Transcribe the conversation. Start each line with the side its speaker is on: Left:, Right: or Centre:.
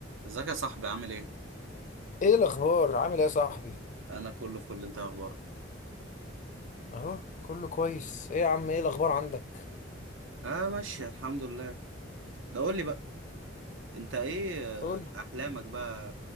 Right: ازيك يا صاحبي عامل ايه؟
Left: ايه الاخبار عامل ايه يا صاحبي
Right: انا كله فل انت إيه اخبارك؟
Left: اهو كله كويس ايه يا عم ايه الاخبار عندك
Right: اه ماشي الحمد لله ده قول لي بقى انت ايه
Left: قول
Right: آه، احلامك بقى